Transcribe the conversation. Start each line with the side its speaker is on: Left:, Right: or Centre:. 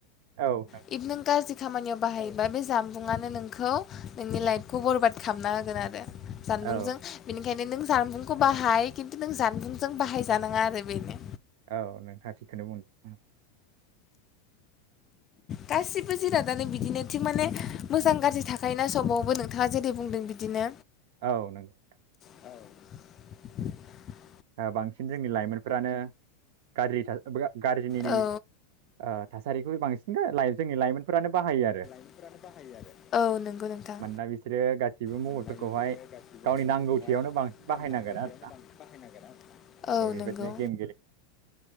Right: औ नंगौ
Left: <unintelligible> नों गाज्रि खामानियाव बाहायोबा बे जामबुंङानो नोंखौ नोंनि लाइफखौ बरबाद खालामना होगोन आरो जानबुंजों
Right: औ
Left: बेनिखायनो नों जानबुंखौ बाहाय खिन्थु नों जानबुंजों बाहायजानाङा आरो बेनो
Right: औ नोंथाङा थिगखौनो बुंदों
Left: गासिबो जिरादानो बिदिनो थिग माने मोजां गाज्रि थाखायोना सबावबो नोंथाङा जेरै बुंदों बिदिनो
Right: औ नंगौ नोंथां
Left: औ
Right: ओ बांसिन जोंनि लाइमोनफोरानो गाज्रि थास गाज्रिनि
Left: औ
Right: ओ थासारिखौबो बांसिन <unintelligible> लाइ जोंनि लाइमोनफोरानो बाहायो आरो
Left: बाहायो आरो औ नंगौ नोंथां
Right: मानोना बिसोरो गासिबो मबाइलफोरखौहाय
Left: मोनोना बिसोरो गासिबो
Right: गावनि
Left: मबेलफोरखौहाय
Right: नांगौथियावनो बांसिन
Left: गावनि
Right: बाहायनांगोन
Left: नांगौथियावनो
Right: आरोना
Left: बांसिन बाहाय नांगोन आरो
Right: जेरै
Left: औ
Right: बेबायदिनो
Left: नंगौ
Right: गेम